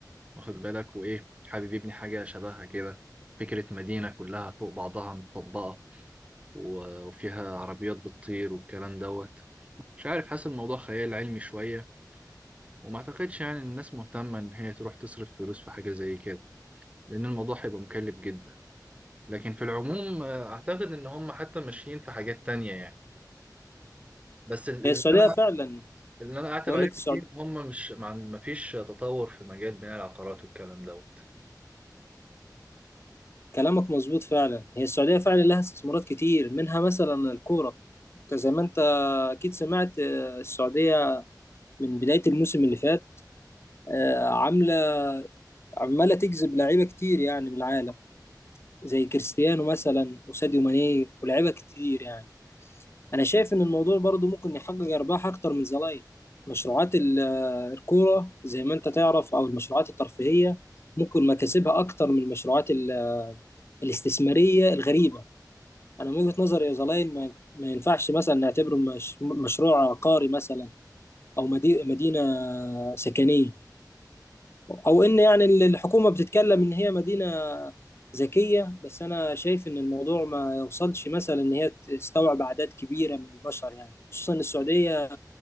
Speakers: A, on the right (about 20°); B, on the left (about 35°).
A: واخد بالك وايه حابب يبني حاجه شبهها كده فكره مدينه كلها فوق بعضها متطبقه و- وفيها عربيات بتطير والكلام دوت مش عارف حاسس الموضوع خيال علمي شويه وما اعتقدش يعني إن الناس مهتمه ان هي تروح تصرف فلوس في حاجه زي كده لان الموضوع هيبقى مكلف جدا لكن في العموم آه، اعتقد ان هم حتى ماشيين في حاجات تانية يعني بس اللي
B: هي السعودية
A: انا
B: فعلا
A: اللي انا اعتب
B: بقول
A: عليه
B: لك
A: كتير
B: السعود...
A: إن هم مش ما عن- ما فيش تطور في مجال بناء العقارات والكلام دوت
B: كلامك مظبوط فعلا هي السعودية فعلا لها استثمارات كتير منها مثلا الكورة أنت زي ما أنت أكيد سمعت آه، السعودية من بداية الموسم اللي فات آه، عاملة عماله تجذب لعيبه كتير يعني من العالم زي كريستيانو مثلا وساديو ماني ولاعيبه كتير يعني انا شايف ان الموضوع برضو ممكن يحقق ارباح اكتر من زمان مشروعات ال- الكوره زي ما انت تعرف او المشروعات الترفيهيه ممكن مكاسبها اكتر من المشروعات ال- الاستثماريه الغريبه انا من وجهه نظري يا زلاين ما ما ينفعش مثلا نعتبره مش مشروع عقاري مثلا او مدي- مدينه سكنيه او ان يعني ال- الحكومه بتتكلم ان هي مدينه ذكيه بس انا شايف ان الموضوع ما يوصلش مثلا ان هي تستوعب اعداد كبيره من البشر يعني خصوصا إن السعوديه